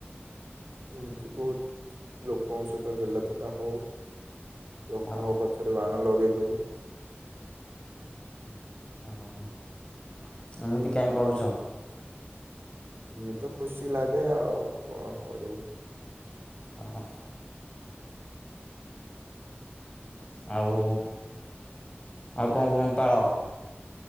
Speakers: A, on the right (about 70°); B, on the left (about 25°).
A: ଏମିତି ବହୁତ ଲୋକଙ୍କ ସହିତ ଗେଲଥଟା ହଉ। ଲୋକଙ୍କ
B: ଓହୋ
A: ପଛରେ ବାଣ ଲଗ ଗେ ଦଉ।
B: ଅହ ଏମିତି କାହିଁ କରୁଚ?
A: ଇଏ ତ ଖୁସି ଲାଗେ ଆଉ କଣ କରିବୁ?
B: ହଁ ଆଉ ଆଉ କ କ ପାଳ?